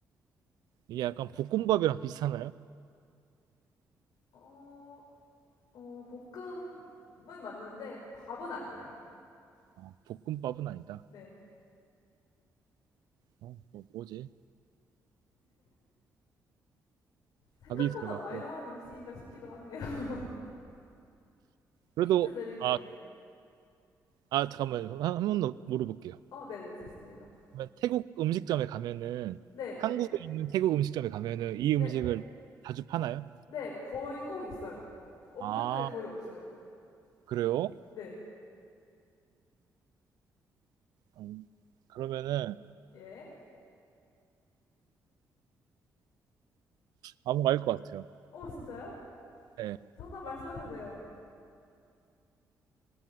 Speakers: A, on the right (about 85°); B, on the left (about 80°).
A: 이게 약간 볶음밥이랑 비슷하나요?
B: 어, 어, 볶음은 맞는데 밥은 아니에요.
A: 어, 볶음밥은 아니다.
B: 네.
A: 어, 뭐, 뭐지?
B: 생각보다
A: 밥이 들어갔고
B: 마이너한 음식인가 싶기도 하네요. <laughs>
A: 그래도
B: 힌트 드릴게요.
A: 아, 아 잠깐만 한번더 물어볼게요.
B: 어, 네네, 좋습니다.
A: 그러면 태국 음식점에 가면은
B: 네,
A: 한국에 있는 태국 음식점에 가면은 이
B: 네,
A: 음식을 자주 파나요?
B: 네, 거의 꼭 있어요. 없는데
A: 아
B: 거의 없어요.
A: 그래요?
B: 네,
A: 음, 그러면은
B: 예.
A: 아무 거알것 같아요.
B: 어, 진짜요?
A: 네,
B: 정답 말씀하셔도 돼요.